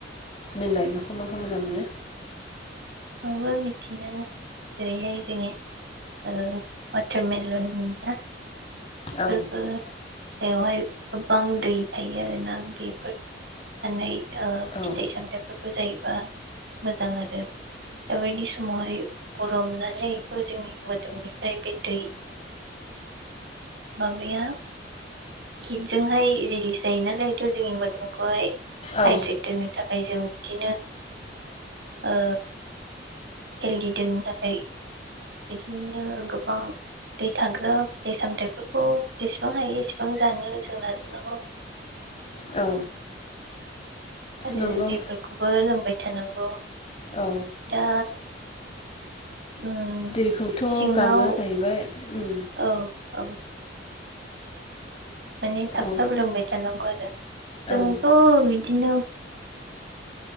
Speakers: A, on the left; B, on the right.
A: नोंलाय माखौ माखौ मोजां मोनो?
B: आंबो बिदिनो जेरैहाय जोङो ओ वाटारमेलन होनो ना?
A: औ
B: <unintelligible> बेयावहाय गोबां दै थायो आरोना बे <inaudible> ओ
A: औ
B: फिथाइ सामथाय फोर जायोबा मोजां आरो दाबायदि समावहाय गरम नालाय बेथ' जोंनि मोदोमनिफ्राय बे दै माबाया हिटजोंहाय रिलिस जायो नालायथ' जोंनि मोदोमखौहाय <inaudible> दोननो
A: औ
B: थाखाय फ्राय जों बिदिनो ओ हेलदि दोननो थाखाय बिदिनो गोबां दै थाग्रा फिथाइ सामथायाइफोरखौ जेसेबां हायो एसेबां जानो जों नाजानांगौ।
A: औ
B: आरो
A: नंगौ
B: दैफोरखौबो लोंबाय थानांगौ।
A: औ
B: दा उम
A: दैखौथ'
B: सिङाव
A: गाङो जाहैबाय उम
B: औ औ माने थाब
A: औ
B: थाब लोंबाय थानांगौ आरो जोंथ'
A: औ
B: बिदि बिदिनो